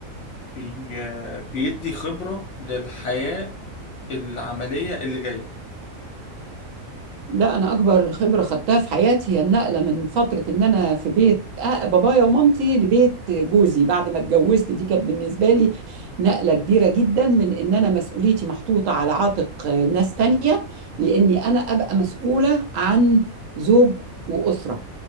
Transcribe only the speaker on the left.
بي آه، بيدي خبرة للحياة العملية اللي جاية